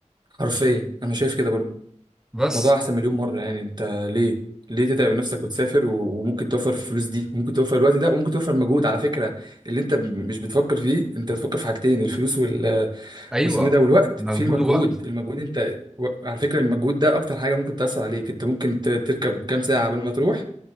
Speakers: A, on the right; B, in the centre.
A: حرفيا انا شايف كده برضه
B: بس
A: الموضوع احسن مليون مره يعني انت ليه ليه تتعب نفسك وتسافر و- وممكن توفر الفلوس دي ممكن توفر الوقت ده وممكن توفر مجهود على فكره اللي انت م- مش بتفكر فيه انت بتفكر في حاجتين الفلوس وال
B: ايوه
A: واسمه إيه ده والوقت
B: مجهود
A: في المجهود
B: ووقت
A: المجهود انت و- على فكره المجهود ده اكتر حاجه ممكن تاثر عليك انت ممكن ت- تركب كام ساعه قبل ما تروح